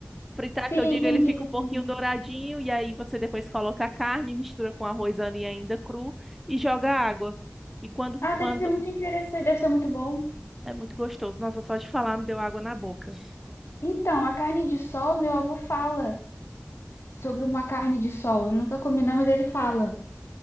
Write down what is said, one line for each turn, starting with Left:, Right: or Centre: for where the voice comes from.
Centre: Fritar,
Left: Sim,
Centre: que eu digo,
Left: entendi,
Centre: ele fica um
Left: entendi.
Centre: pouquinho douradinho, e aí você depois coloca a carne, mistura com arroz ali ainda cru e joga água. E quando,
Left: Ah,
Centre: quando...
Left: deve ser muito interessante, deve ser muito bom.
Centre: É muito gostoso. Nossa, só de falar me deu água na boca.
Left: Então, a carne de sol, meu avô fala sobre uma carne de sol. Eu nunca comi, não, mas ele fala.